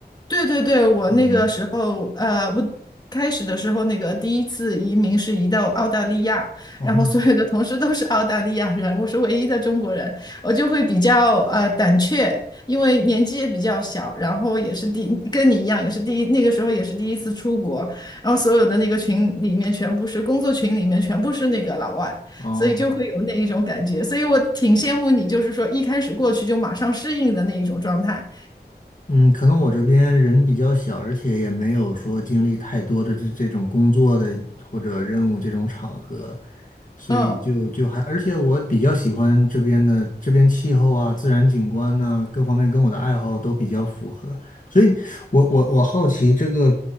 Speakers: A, on the left; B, on the left.
A: 对对对，我那个时候，
B: 嗯，
A: 呃，我开始的时候，那个第一次移民是移到澳大利亚，
B: 哦
A: 然后所有的同事都是澳大利亚人，我是唯一的中国人，我就会比较呃胆怯，因为年纪也比较小，然后也是第跟你一样，也是第一那个时候也是第一次出国，然后所有的那个群里面全部是工作群里面全部是那个老外，
B: 哦。
A: 所以就会有那一种感觉，所以我挺羡慕你，就是说一开始过去就马上适应的那一种状态，
B: 嗯，可能我这边人比较小，而且也没有说经历太多的这这种工作的或者任务这种场合，所以就就还，
A: 嗯。
B: 而且我比较喜欢这边的这边气候啊、自然景观呐、各方面跟我的爱好都比较符合，所以我我我好奇这个，